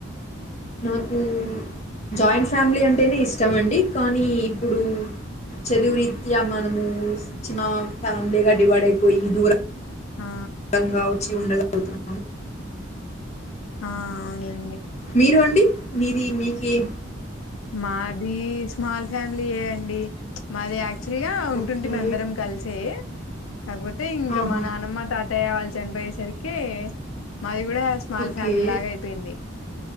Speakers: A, on the left; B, on the left.
A: నాకు జాయింట్ ఫ్యామ్లీ అంటేనె ఇష్టం అండి కానీ ఇప్పుడూ చదువురీత్యా మనమూ చిన్నా ఫ్యామ్లీగ డివైడ్ అయ్పోయి దూరం..
B: ఆ
A: రంగావచ్చి ఉండల్ <inaudible>
B: ఆ అవునులే
A: మీరు అండి మీది మీకేం
B: మాది స్మాల్ ఫ్యామ్లీ ఏ అండి మాది యాక్ క్చువల్ గా ఉంటుంటిమె
A: ఓకే.
B: అందరం కల్సే. కాక్పోతే ఇంక
A: ఆహా!
B: మా నానమ్మ తాతయ్య వాళ్ చన్పొయేసరికి మాది కూడా స్మాల్
A: ఓకే.
B: ఫ్యామిలీ లాగ అయిపోయింది.